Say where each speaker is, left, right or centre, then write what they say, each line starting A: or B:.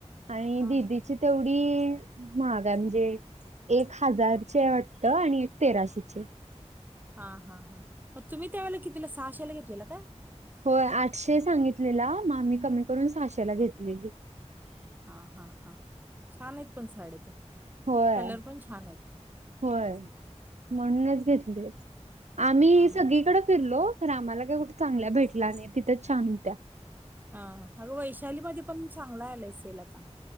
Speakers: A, on the right (about 75°); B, on the right (about 15°).
A: आणि
B: हा
A: दिदीची तेवढी महाग आहे म्हणजे. एक हजारची वाटत आणि एक तेराशीचे ई.
B: हा हा हा तुम्ही त्यावेळेला कितीला सहाशेला घेतलेलं काय?
A: होय आठशे सांगितलेला मग आम्ही कमी करून सहाशेला घेतलेली.
B: हा हा हा छान आहेत पण साड्या ते
A: होय
B: कलर पण छान आहेत.
A: होय म्हणूनच घेतले आम्ही
B: हा हा
A: सगळीकडे फिरलो पण आम्हाला काय कुठे चांगल्या भेटल्या नाही तिथंच छान होत्या.
B: हा अगं वैशाली मध्ये पण चांगला आलाय सेल आता